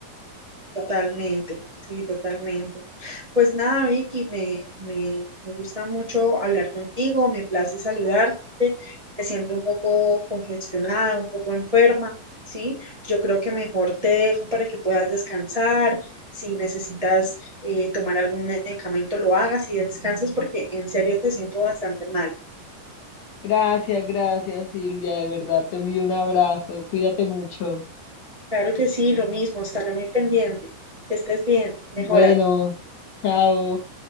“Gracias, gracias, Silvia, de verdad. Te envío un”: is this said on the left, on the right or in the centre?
Left